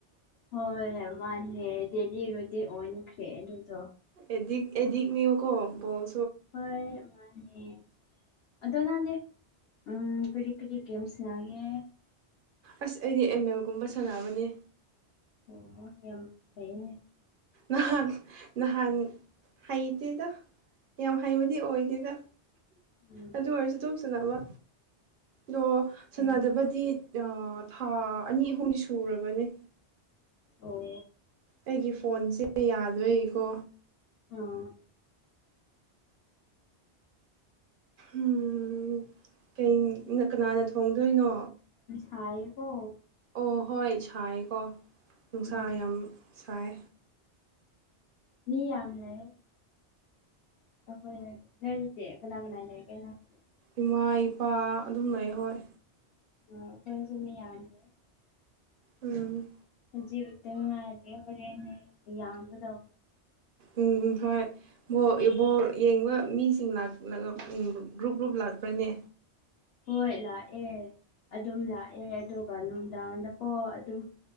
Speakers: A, on the left; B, on the right.
A: ꯍꯣꯏ ꯃꯥꯅꯦ ꯗꯦꯜꯂꯤ ꯔꯨꯇꯤꯟ ꯑꯣꯟꯈ꯭ꯔꯦ ꯑꯗꯨꯗꯣ
B: ꯑꯦꯗꯤꯛ ꯑꯦꯗꯤꯛꯅꯦꯕꯀꯣ ꯕꫭꯜ
A: ꯍꯣꯏ ꯃꯥꯅꯦ ꯑꯗꯣ ꯅꯪꯗꯤ ꯎꯝ ꯀꯔꯤ ꯀꯔꯤ ꯒꯦꯝ ꯁꯅꯥꯒꯦ
B: ꯑꯁ ꯑꯩꯗꯤ ꯑꯦꯝ ꯃꯦꯜꯒꯨꯝꯕ ꯁꯥꯟꯅꯕꯅꯤ
A: ꯑꯣ ꯌꯥꯝ ꯐꯩꯌꯦꯅꯦ
B: ꯅꯍꯥꯟ ꯅꯍꯥꯟ ꯍꯩꯇꯦꯗ ꯌꯥꯝ ꯍꯩꯕꯗꯤ ꯑꯣꯏꯗꯦꯗ
A: ꯎꯝ
B: ꯑꯗꯨ ꯑꯣꯏꯔꯁꯨ ꯑꯗꯨꯝ ꯁꯥꯟꯅꯕ ꯑꯗꯣ ꯁꯥꯟꯅꯗꯕꯗꯤ
A: ꯎꯝ
B: ꯊꯥ ꯑꯅꯤ ꯑꯍꯨꯝꯗꯤ ꯁꯨꯔꯕꯅꯦ
A: ꯑꯣ
B: ꯑꯩꯒꯤ ꯐꯣꯟꯁꯦ ꯌꯥꯗꯕꯩꯀꯣ
A: ꯑꯥ
B: ꯎꯝ ꯀꯩ ꯀꯅꯥꯅ ꯊꯣꯡꯗꯣꯏꯅꯣ
A: ꯁꯥꯏꯌꯦ ꯀꫭ
B: ꯑꯣ ꯍꯣꯏ ꯁꯥꯏꯀꯣ ꯅꯨꯡꯁꯥ
A: ꯎꯝ
B: ꯌꯥꯝ ꯁꯥꯏ
A: ꯃꯤ ꯌꯥꯝ ꯂꯩ ꯑꯈꫭꯏꯅ ꯂꯩꯇꯦ ꯀꯅꯥ ꯀꯅꯥ ꯂꯩꯒꯦ ꯅꯪ ꯍꯧꯖꯤꯛ
B: ꯏꯃꯥ ꯏꯄꯥ ꯑꯗꯨꯝ ꯂꯩ ꯍꯣꯏ
A: ꯑꯣ ꯑꯩꯈꯣꯏꯁꯨ ꯃꯤ ꯌꯥꯝꯗꯦ
B: ꯎꯝ
A: ꯖꯤꯕꯗ ꯃꯥꯔꯤ ꯍꯔ ꯌꯥꯡꯕ ꯕ
B: ꯎꯝ ꯎꯝ ꯍꯣꯏ ꯕꫭꯜ ꯌꯦ
A: ꯌꯥꯝ
B: ꯕꫭꯜ ꯌꯦꯡꯕ ꯃꯤꯁꯤꯡ ꯂꯥꯛ ꯒ꯭ꯔꯨꯞ ꯒ꯭ꯔꯨꯞ ꯂꯥꯛꯄ꯭ꯔꯅꯦ
A: ꯍꯣꯏ ꯂꯥꯛꯑꯦ ꯑꯗꯨꯝ ꯂꯥꯛꯑꯦ ꯑꯗꯨꯒ ꯅꯨꯡꯗꯥꯡꯗꯀꯣ ꯑꯗꯨꯝ